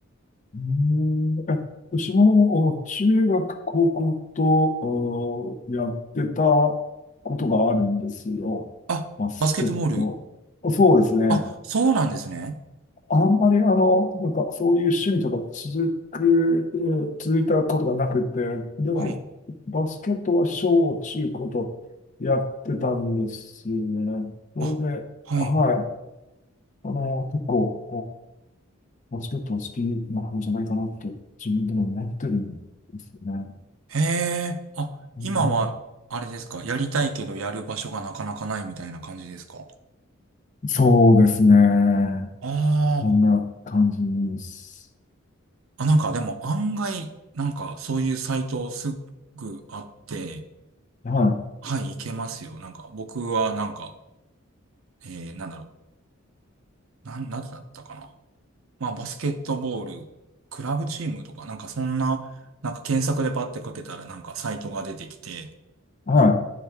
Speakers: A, on the left; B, on the right.
A: うーん、え、私もお中学、高校とおやってたことがあるんですよ。
B: あバスケットボール
A: バスケット。そうですね。
B: あ、そうなんですね。
A: あんまりあの、なんかそういう趣味とか続く、えー続いたことがなくて、でもバスケットは小中高とやってたんですよね。
B: はい。
A: それで、
B: あ、はい。
A: はい。あの、結構、バスケットは好きな方じゃないかなって、自分でも思ってるんですよね。
B: へえ。あ、
A: うん、
B: 今は、あれですか。やりたいけどやる場所がなかなかないみたいな感じですか。
A: そうですね。
B: あ
A: こんな感じです。
B: ーあ、なんかでも案外、なんかそういうサイトすぐあって、
A: は
B: はい、いけますよ。なんか僕はなんか、えー、なんだろう。なん、なんだったかな。まあ、バスケットボール、クラブチームとか、なんかそんな、なんか検索でバッてかけたらなんかサイトが出てきて、
A: い、は